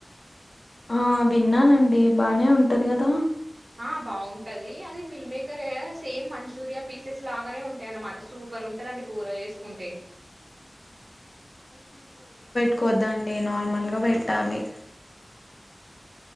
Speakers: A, on the left; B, on the right.
A: ఆ విన్నానండి బానే ఉంటది కదా
B: ఆ బాగుంటది అది మిల్క్ మేకరే సేమ్ మంచూరియా పీసెస్ లాగానే ఉంటాయి అన్నమాట సూప్ సూపర్ ఉంటదండి కూర చేసుకుంటే
A: వద్దండి నార్మల్గా పెట్టాలి